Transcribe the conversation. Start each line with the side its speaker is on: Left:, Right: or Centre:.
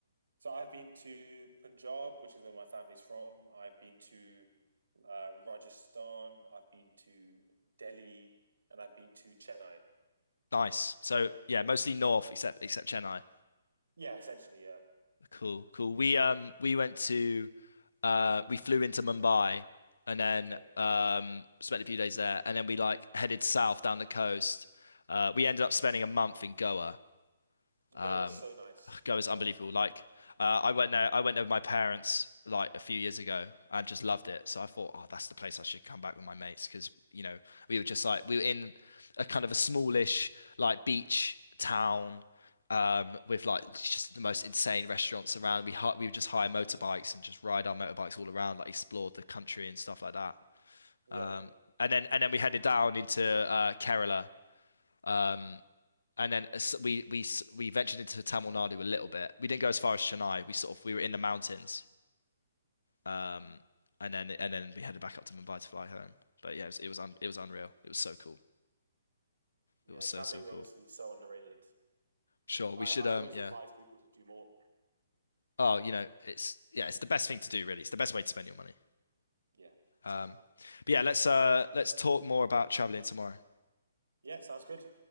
Right: So I've been to Punjab, which is where my family's from. I've been to uh, Rajasthan, I've been to Delhi, and I've been to Chennai.
Left: nice
Right: So
Left: so yeah
Right: yeah,
Left: mostly north except except Chennai
Right: yeah, essentially, yeah.
Left: Cool, cool. We um we went to uh we flew into Mumbai and then
Right: Okay,
Left: um spent a few days there and then we like headed south down the coast. Uh we ended up spending a month in Goa. Um,
Right: Goa is so nice.
Left: <sighs> go
Right: Yeah,
Left: is unbelievable. Like uh, I went there, I went there with my parents like a few years ago and just loved it. So I thought, oh, that's the place I should come back with my mates because you know we were just like we were in a kind of a smallish like beach town um, with like just the most insane restaurants around. We hi- we would just hire motorbikes and just ride our motorbikes all around, like explored the country and stuff like that.
Right: yeah,
Left: Um, and then and then we headed down into uh, Kerala. Um, and then as- we we s- we ventured into Tamil Nadu a little bit. We didn't go as far as Chennai. We sort of we were in the mountains, um, and then and then we headed back up to Mumbai to fly home. But yeah, it was it was, un, it was unreal. It was so cool.
Right: yeah.
Left: It was so
Right: Traveling
Left: so
Right: is
Left: cool.
Right: honestly so underrated.
Left: Sure, we
Right: I
Left: should
Right: I
Left: um
Right: always
Left: yeah.
Right: advise people to do more.
Left: Oh, you know, it's yeah, it's the best thing to do really. It's the best way to spend your money.
Right: Yeah,
Left: Um,
Right: exactly.
Left: but yeah, let's uh let's talk more about traveling tomorrow.
Right: Yeah, sounds good.